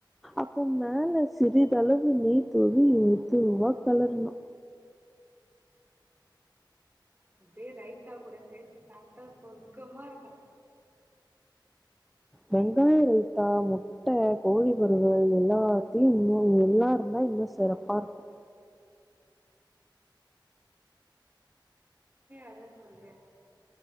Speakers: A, in the centre; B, on the right (about 25°).
A: அப்போ மேல சிறிதளவு நெய் தூவி மெதுவா களறணு
B: அப்டியே ரைத்தா கூட சேத்து சாப்ட்டா சொர்க்கமா இருக்கும்
A: வெங்காய ரைத்தா முட்ட கோழி வறுவல் எல்லாத்தியும் இன்னு எல்லா இருந்தா இன்னு சிறப்பா இருக்கும்
B: அத சொல்றேன்